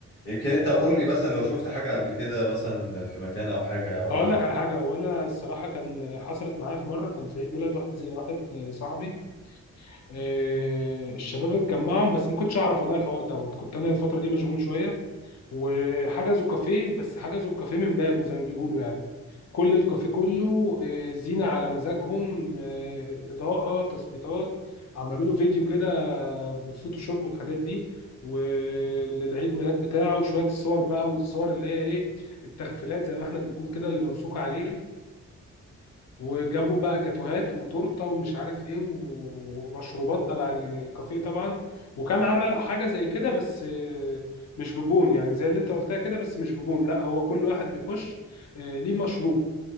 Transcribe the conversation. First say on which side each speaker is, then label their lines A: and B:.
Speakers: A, on the left; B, on the left.
A: يمكن انت قول لي مثلا لو شفت حاجة قبل كده مثلا في مكان او حاجة وعجبتك
B: هقول لك على حاجه وانا الصراحه كان حصلت معايا في مره كان في عيد ميلاد واحد زي واحد صاحبي آه، الشباب اتجمعهم بس ما كنتش اعرف والله الحوار دوت كنت انا الفتره دي مشغول شويه وحجزوا كافيه بس حجزوا الكافيه من بابه زي ما بيقولوا يعني كل الكافيه كله آه، زينه على مزاجهم آه، اضاءه تظبيطات عملوا له فيديو كده بالفوتوشوب والحاجات دي وللعيد ميلاد بتاعه شويه الصور بقى والصور اللي هي ايه التغفيلات زي ما احنا بنقول كده اللي ممسوكه عليه وجابوا بقى جاتوهات وتورته ومش عارف ايه و- ومشروبات تبع ال- الكافيه طبعا وكان عمل حاجه زي كده بس آه، مش ببون يعني زي اللي انت قلتها كده بس مش ببون لا هو كل واحد بيخش آه، ليه مشروب